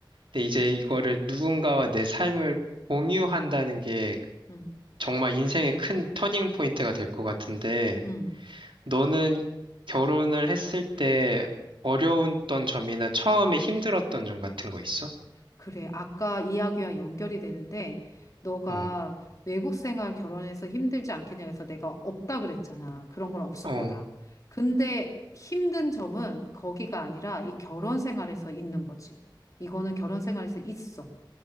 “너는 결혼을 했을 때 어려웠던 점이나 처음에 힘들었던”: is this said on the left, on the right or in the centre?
Right